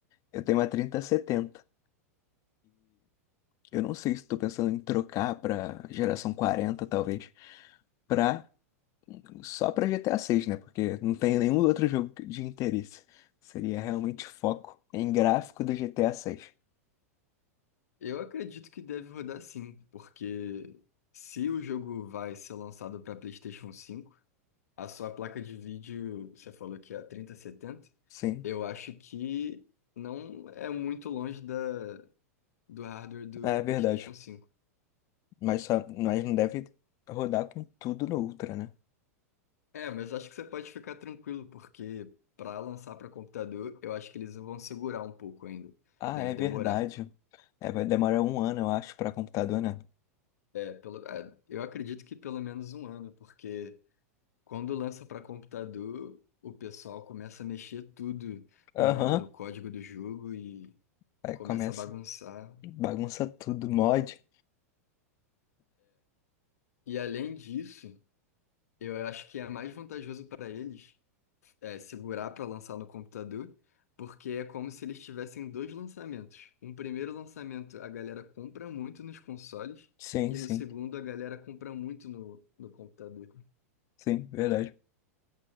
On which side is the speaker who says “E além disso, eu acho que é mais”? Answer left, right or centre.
Left